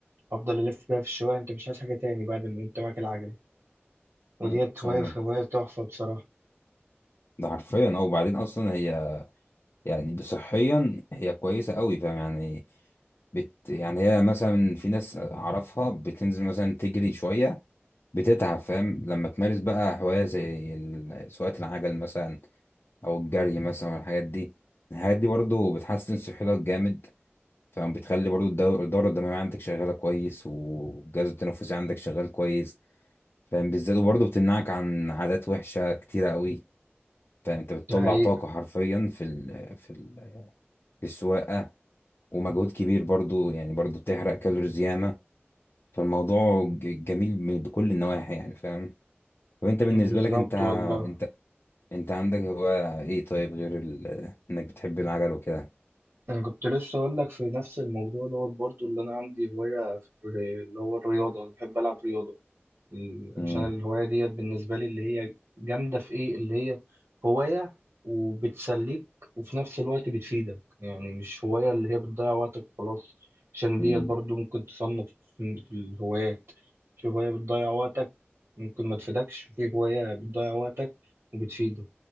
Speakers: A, on the right (about 75°); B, on the left (about 60°).
A: افضل الف بيها في الشوارع انت مش عايز حاجه تاني بعد ما انت معاك العجله وديت
B: مم. فاهمك
A: هوايه هوايه تحفه بصراحه
B: ده حرفيا او بعدين اصلا هي يعني صحيا هي كويسة قوي فاهم يعني بت يعني هي مثلا في ناس اعرفها بتنزل مثلا تجري شوية بتتعب فاهم لما تمارس بقى هواية زي ال- سواقة العجل مثلا او الجري مثلا والحاجات دي الحاجات دي برضو بتحسن صحتك جامد فاهم بتخلي برضو الدو- الدورة الدموية عندك شغالة كويس والجهاز التنفسي عندك شغال كويس فاهم بالذات وبرضه بتمنعك عن عادات وحشة كتيرة قوي فانت بتطلع
A: دي حقيقه
B: طاقة حرفيا في ال في ال في السواقة ومجهود كبير برضه يعني برضه بتحرق كالوريز ياما فالموضوع ج- جميل من- بكل النواحي يعني فاهم طب انت بالنسبة
A: بالظبط
B: لك انت
A: والله
B: انت انت عندك هواية ايه طيب غير ال- <hesitation> انك بتحب العجل وكده
A: انا كنت لسه اقول لك في نفس الموضوع دوت برضو اللي انا عندي هوايه في اللي هو الرياضه انا بحب العب رياضه إيه،
B: امم
A: عشان الهواية ديت بالنسبة لي اللي هي جامدة في إيه اللي هي هواية وبتسليك وفي نفس الوقت بتفيدك يعني مش هواية اللي هي بتضيع وقتك خلاص عشان
B: أمم،
A: ديت برضو ممكن تصنف في في الهوايات في هواية بتضيع وقتك ممكن ما تفيدكش وفي هواية بتضيع وقتك وبتفيدك